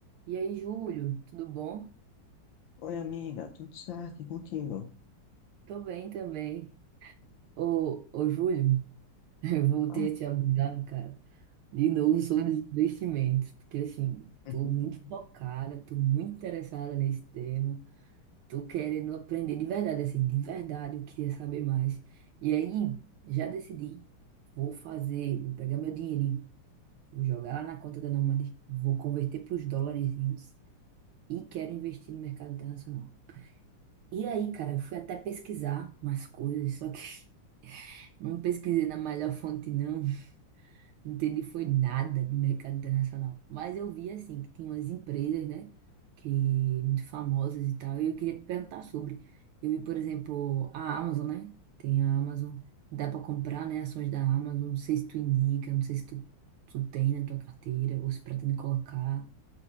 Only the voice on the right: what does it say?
E aí, Júlio, tudo bom?
Tô bem também. Ô, ô Júlio, <laughs> eu voltei
a te abordar, cara, de novo sobre os investimentos, porque assim,
tô muito focada, tô muito interessada nesse tema, tô querendo aprender de verdade, assim, de verdade, eu queria saber mais. E aí, já decidi, vou fazer, vou pegar meu dinheirinho, vou jogar lá na conta da Nomad, vou converter para os dolarizinhos e quero investir no mercado internacional. E aí, cara, eu fui até pesquisar umas coisas, só que <laughs> não pesquisei na melhor fonte, não. Não entendi foi nada de mercado internacional. Mas eu vi, assim, que tinha umas empresas, né, que muito famosas e tal, e eu queria te perguntar sobre. Eu vi, por exemplo, a Amazon, né? Tem a Amazon, dá pra comprar, né, ações da Amazon. Não sei se tu indica, não sei se tu, tu tem na tua carteira ou se pretende colocar.